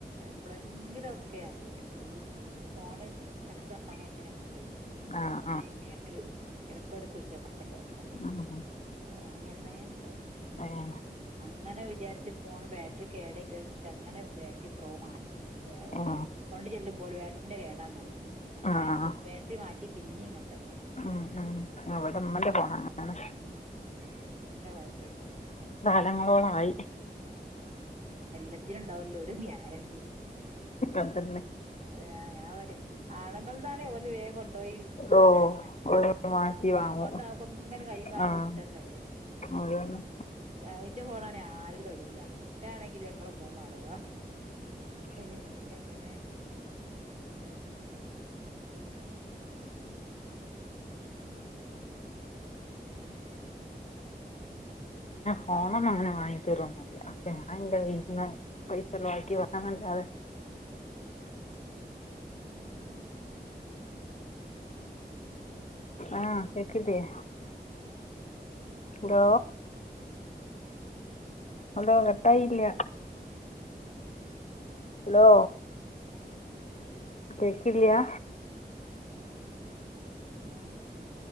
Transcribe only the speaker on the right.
എപ്പോളെങ്കിലു ഒക്കെയ ആവേള്ളൂ ഫോണ് സെക്കനന്റ് വാങ്ങീനക്കൊ ണ്ടേ.
അങ്ങന ഒരു എടക്കൊരു സ്വിച്ച് ഓഫ് ആയിപൊക്കേണ്.
വാങ്ങ്യാന്നേണ്ട്.
അങ്ങനെ വിചാരിച്ച ഫോണ് ബാറ്ററി കേടയിക്കെച്ച അങ്ങനെ ബാറ്ററി ത്രോ മാറ്റി വേ ഒര്
കൊണ്ട്ചല്ല്പോല് വട്ടറിന്റെ കേടാന്നറയും. അങ്ങനെ
ബേട്ടറി മാറ്റി പിന്നെ ഇങ്ങെത്തന്നെ
ഉം.
ഉം <unintelligible> ട്ട വയപ്പരിക്കും അത
ആഹ് എല്ലാത്തിനും ഉണ്ടാവല്ലോ ഒരു ഗ്യാരണ്ടി
ആഹ് ഞവരയും ആളങ്ങളൾന്നണെ ഓല് വേഗം കൊണ്ടപോയി
മാറ്റൂ-
ഞമ്മൾന്നാമ്പം ഇങ്ങനെ കയും കാലം
പിടിച്ചണ്ടേ
അതിന്റെ ഫോണണേ ആരും തൊടൂല ഇത്തണെങ്കിലൊ ഞങ്ങള് മൂന്ന അടുവാ ഏഹ്.. പി എങ്ങനെങ്ങളുടെ വേ കേട്ടരു പിന്നെ പറഞ്ഞൽ ചീത്തറിയോം മൂപ്പന്റനോക്കാനറിയെ കൊടുക്കൂല പിന്നെ ഇപ്പ എന്തക്കന?
എന്താണ് മക്കള് ചോർന്നോ? ഹലോ
ഹലോ.
കട്ടയോ ന്താണിതിപ്പങ്ങനായ
ചെയ്യ?
അലോ
ഹലോ.